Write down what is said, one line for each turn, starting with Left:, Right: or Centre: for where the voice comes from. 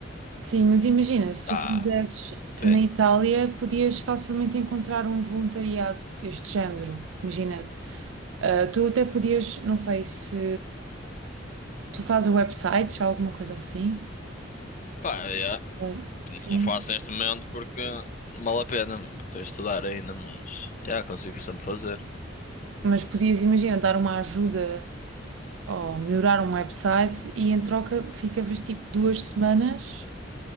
Right: Sim, mas imagina, se
Left: Ah,
Right: tu quisesses
Left: sim.
Right: na Itália, podias facilmente encontrar um voluntariado deste género. Imagina, eh, tu até podias, não sei se tu fazes websites, alguma coisa assim.
Left: Pá, yeah.
Right: Oi. Sim.
Left: Não faço neste momento porque não vale a pena, porque estou a estudar ainda, mas já consigo sempre fazer.
Right: Mas podias, imagina, dar uma ajuda ou melhorar um website e em troca ficavas tipo duas semanas